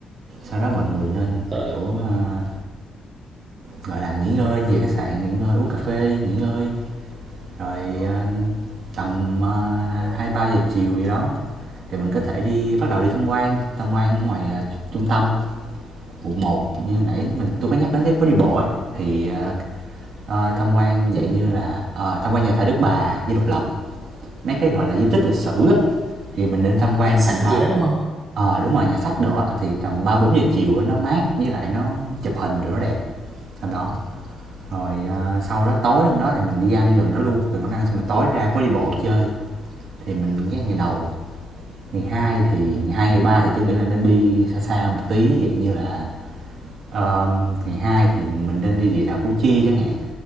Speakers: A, on the right; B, on the right.
A: sau đó mọi người nên
B: tôi,
A: kiểu ờ, gọi là nghỉ ngơi về khách sạn nghỉ ngơi uống cà phê nghỉ ngơi rồi ờ, tầm ờ, hai ba giờ chiều gì đó thì mình có thể đi bắt đầu đi tham quan tham quan ngoài ờ, trung tâm quận một như nãy mình tôi có nhắc đến cái phố đi bộ ấy thì ờ, ờ, tham quan
B: với
A: dạng như là ờ, tham quan nhà thờ Đức Bà, Dinh Độc Lập, mấy cái gọi là di tích lịch sử á thì mình nên tham quan
B: nhà sách
A: tầm ba
B: gì đó đúng không
A: ờ à, đúng rồi nhà sách đồ á thì tầm 3 4 giờ chiều á, nó mát với lại nó chụp hình rồi nó đẹp tầm đó. Rồi ờ, sau đó tối hôm đó thì mình đi ăn gần đó luôn, rồi nó ăn xong mà tối ra phố đi bộ chơi thì mình cái ngày đầu ngày hai thì ngày hai ngày ba thì tôi nghĩ là nên đi xa xa một tí dạng như là ờ, ngày hai thì mình nên đi địa đạo Củ Chi chẳng hạn